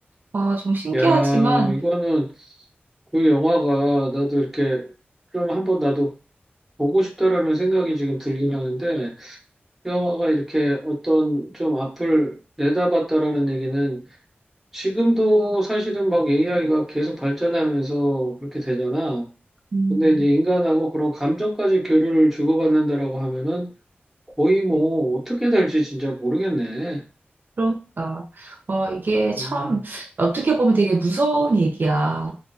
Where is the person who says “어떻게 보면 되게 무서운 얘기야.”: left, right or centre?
Right